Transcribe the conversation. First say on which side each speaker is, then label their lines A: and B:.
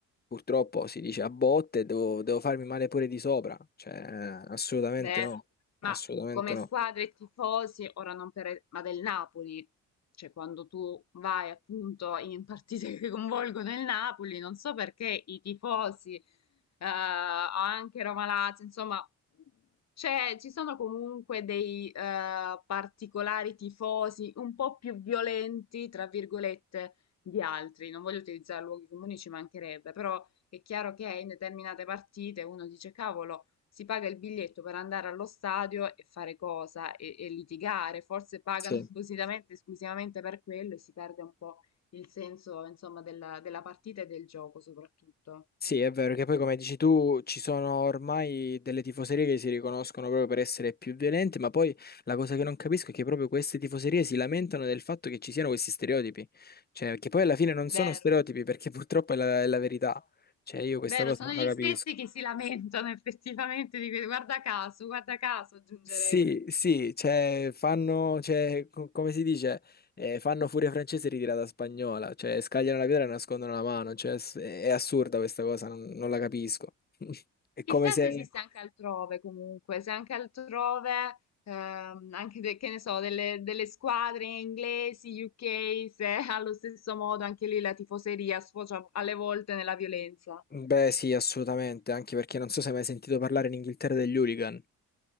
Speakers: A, on the left (about 30°); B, on the left (about 60°).
A: purtroppo si dice a botte, devo, devo farmi male pure di sopra, cioè, eh, assolutamente
B: Beh,
A: no,
B: ma
A: assolutamente
B: come
A: no.
B: squadre tifosi, ora non per, ma del Napoli, cioè quando tu vai appunto in partite <laughs> che coinvolgono il Napoli, non so perché i tifosi, eh, anche Roma Lazio, insomma, c'è- ci sono comunque dei eh, particolari tifosi un po' più violenti, tra virgolette, di altri. Non voglio utilizzare luoghi comuni, ci mancherebbe, però è chiaro che in determinate partite uno dice, cavolo si paga il biglietto per andare allo stadio e fare cosa? E, e litigare, forse pagano
A: sì.
B: <laughs> appositamente, esclusivamente per quello e si perde un po' il senso, insomma, della, della partita e del gioco soprattutto.
A: Sì, è vero che poi come dici tu ci sono ormai delle tifoserie che si riconoscono proprio per essere più violente, ma poi la cosa che non capisco è che proprio queste tifoserie si lamentano del fatto che ci siano questi stereotipi, cioè che poi alla fine non
B: Vero.
A: sono stereotipi perché <laughs> purtroppo è la, è la verità, cioè io questa
B: Vero,
A: cosa
B: sono
A: non
B: gli
A: la capisco.
B: stessi che si lamentano effettivamente di que- guarda caso, guarda caso, aggiungerei.
A: Sì, sì, cioè fanno, cioè, co- come si dice, eh, fanno furia francese ritirata spagnola, cioè scagliano la pietra e nascondono la mano, cioè s- è assurda questa cosa, non non la capisco. <laughs> È
B: Chissà
A: come se
B: se esiste anche altrove comunque, se anche altrove, ehm, anche de- che ne so, delle, delle squadre inglesi, UK, se <laughs> allo stesso modo anche lì la tifoseria sfocia alle volte nella violenza.
A: Beh, sì, assolutamente, anche perché non so se hai mai sentito parlare in Inghilterra degli hooligan.